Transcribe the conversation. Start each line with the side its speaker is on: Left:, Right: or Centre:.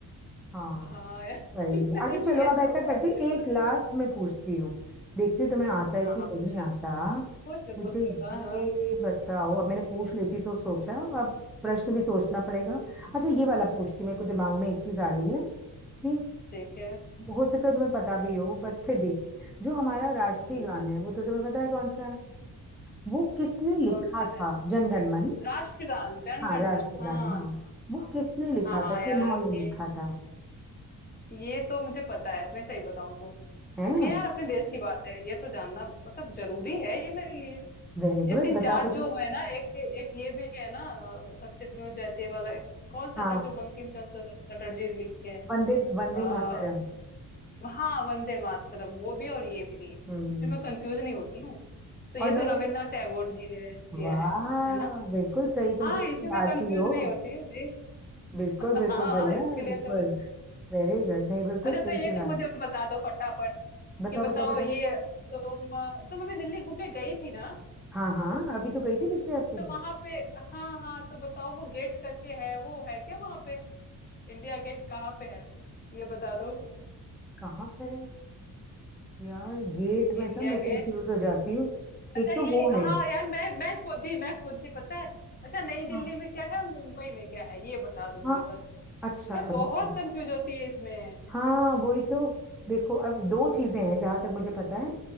Centre: हाँ
Left: हाँ यार
Centre: वही
Left: सही
Centre: में। अच्छा चलो
Left: है
Centre: अब
Left: भगवान
Centre: ऐसा करती
Left: जी
Centre: हूँ
Left: ने
Centre: एक
Left: बनाया
Centre: लास्ट में पूछती हूँ देखती हूँ तुम्हें आता
Left: हाँ
Centre: है कि
Left: हाँ
Centre: नहीं
Left: पूछ
Centre: आता
Left: लो पूछ लो
Centre: मुझे
Left: पूछ
Centre: ये
Left: लो हाँ हाँ
Centre: बताओ अब मैंने पूछ लेती तो सोचा अब प्रश्न भी सोचना पड़ेगा अच्छा ये वाला पूछती हूँ, मेरे को दिमाग में एक चीज आ रही है कि
Left: ठीक है
Centre: हो सकता है तुम्हें पता भी हो बट फिर भी जो हमारा राष्ट्रीय
Left: हम्म,
Centre: गान है वो तो तुम्हें पता है कौन सा है वो किसने लिखा
Left: कौन सा
Centre: था
Left: है
Centre: जनगण मन
Left: राष्ट्रगान जनगण
Centre: हाँ राष्ट्रगान
Left: मन हाँ
Centre: हाँ वो
Left: हाँ
Centre: किसने लिखा
Left: हाँ
Centre: था किन्होंने
Left: यार ये
Centre: लिखा था
Left: ये तो मुझे पता है मैं सही बताऊं तो
Centre: है
Left: क्योंकि यार अपने देश की बात है ये तो जानना मतलब जरूरी है ये मेरे लिए
Centre: वेरी
Left: ये
Centre: गुड
Left: तीन
Centre: बताओ
Left: चार
Centre: बताओ
Left: जो है ना एक एक ये भी है ना अ, सत्यमेव जयते वाला एक कौन सा
Centre: हाँ
Left: था जो बंकिम चंद्र चटर्जी ने लिखे हैं
Centre: वंदे वंदे
Left: आ,
Centre: मातरम
Left: हाँ वंदे मातरम वो भी और ये भी
Centre: हम्म
Left: इसमें मैं कंफ्यूज नहीं होती हूँ तो
Centre: और
Left: ये तो
Centre: मैं
Left: रविन्द्रनाथ टैगोर जी ने किया
Centre: वाह
Left: है है ना
Centre: बिल्कुल सही तुम
Left: हाँ
Centre: सच
Left: इसमें
Centre: में भारतीय
Left: मैं कंफ्यूज
Centre: हो
Left: नहीं होती हूँ भाई
Centre: बिल्कुल बिल्कुल
Left: <laughs> हाँ
Centre: भैया
Left: हाँ, इसके
Centre: बिल्कुल
Left: लिए तो बस
Centre: वेरी गुड नहीं बिल्कुल
Left: अच्छा
Centre: सही
Left: तो
Centre: चुना
Left: ये तो मुझे बता दो फटाफट
Centre: बताओ
Left: कि
Centre: बताओ
Left: बताओ
Centre: बताओ
Left: ये तुम तुम अभी दिल्ली घूमने गई थी ना
Centre: हाँ हाँ अभी तो गई थी पिछले हफ्ते
Left: तो वहां पे हाँ हाँ तो बताओ वो गेट करके है वो है क्या वहां पे इंडिया गेट कहाँ पे है ये बता दो
Centre: कहाँ पर है यार गेट में
Left: India
Centre: था मैं कंफ्यूज
Left: Gate
Centre: हो जाती हूँ एक
Left: अच्छा
Centre: तो
Left: ये
Centre: वो है
Left: हाँ यार मैं मैं खुद ही मैं खुद ही पता है अच्छा नई
Centre: हाँ
Left: दिल्ली में क्या है और मुंबई में क्या है ये बता दो मुझे
Centre: हाँ
Left: बस
Centre: अच्छा
Left: मैं बहुत
Centre: रुक
Left: कंफ्यूज होती है इसमें
Centre: हाँ वही तो देखो अब दो चीजें हैं जहां तक मुझे पता है